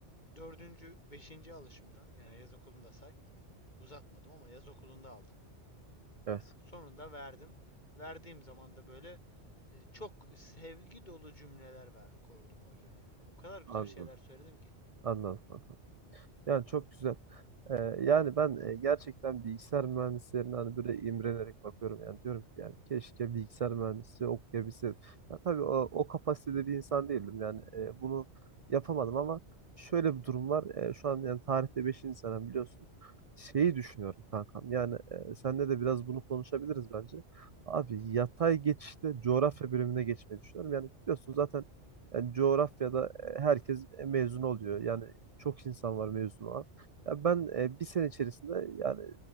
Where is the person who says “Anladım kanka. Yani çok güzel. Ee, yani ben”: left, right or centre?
Right